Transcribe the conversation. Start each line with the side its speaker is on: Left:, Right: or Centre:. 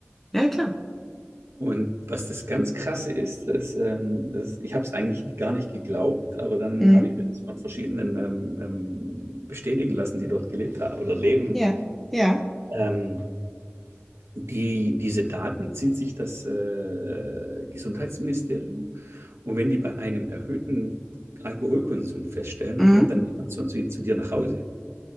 Centre: Ja, klar.
Right: Und was das ganz Krasse ist, dass, ähm, dass ich habe es eigentlich gar nicht geglaubt, aber dann
Centre: Mhm.
Right: habe ich mir das von verschiedenen ähm, ähm, bestätigen lassen, die dort gelebt haben oder leben.
Centre: Ja, ja.
Right: Ähm, die, diese Daten zieht sich das äh, Gesundheitsministerium und wenn die bei einem erhöhten Alkoholkonsum feststellen,
Centre: Mhm.
Right: dann kommt dann jemand zu, zu, zu dir nach Hause